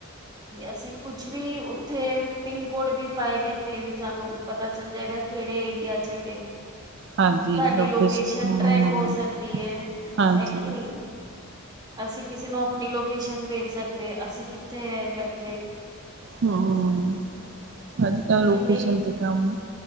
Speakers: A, on the right; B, on the right.
A: ਅਸੀਂ ਕੁੱਝ ਵੀ ਉੱਥੇ ਪਿੰਨ ਕੋਡ ਵੀ ਪਾਏ ਗਏ ਤੇ ਵੀ ਸਾਨੂੰ ਪਤਾ ਚੱਲ ਜਾਏਗਾ ਕਿਹੜੇ ਏਰੀਆ ਚ ਹੈਗੇ
B: ਹਾਂਜੀ
A: ਸਾਡੀ ਲੋਕੇਸ਼ਨ
B: ਹੂੰ
A: ਟ੍ਰੈਕ ਹੋ ਸਕਦੀ ਹੈ।
B: ਹਾਂਜੀ
A: ਹੈ ਕੇ ਨਹੀਂ? ਅਸੀ ਕਿਸੇ ਨੂੰ ਆਪਣੀ ਲੋਕੇਸ਼ਨ ਭੇਜ ਸਕਦੇ ਅ ਅਸੀ ਕਿੱਥੇ ਹੈ ਬੈਠੇ।
B: ਹਮ ਅੱਜ ਕੱਲ
A: ਕਿੰਨੀ
B: ਲੋਕੇਸ਼ਨ ਤੇ ਕੰਮ ਆ।